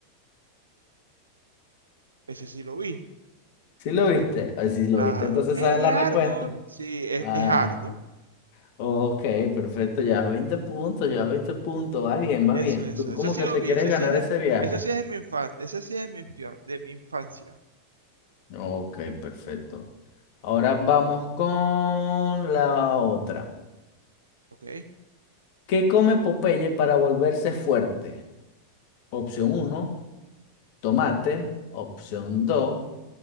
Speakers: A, on the right (about 75°); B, on the left (about 45°).
A: ese sí lo vi.
B: ¿Sí lo viste? Eh, Si lo
A: Claro.
B: viste, entonces
A: ¡Ey,
B: sabes la
A: Arnold!
B: respuesta.
A: Sí, es,
B: ah
A: es Arnold.
B: Ok, perfecto, ya veinte puntos, ya 20 puntos, vas bien, vas
A: Eso,
B: bien.
A: eso.
B: Tú como
A: Eso sí
B: que
A: lo
B: te
A: vi.
B: quieres
A: Eso
B: ganar
A: sí es de,
B: ese viaje.
A: eso sí es de mi infancia. Eso sí es de mi, infia- de mi infancia.
B: Ok, perfecto. Ahora vamos con la otra.
A: Ok.
B: ¿Qué come Popeye para volverse fuerte? Opción uno, tomate. Opción 2,